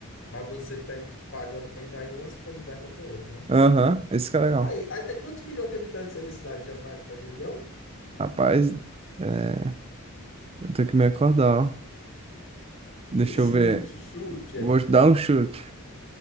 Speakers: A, on the left; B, on the right.
A: Mas você pe- pagando para entrar em uma, você pode entrar em qualquer outra, né?
B: Aham, isso que é legal.
A: Aí, aí tem quantos milhões de habitantes aí a cidade? Já, tá, já tem milhão?
B: Rapaz, é, eu tenho que me acordar, ó. Deixa
A: Um chute,
B: eu ver.
A: chute
B: Vou
A: aí, porque
B: dar um chute.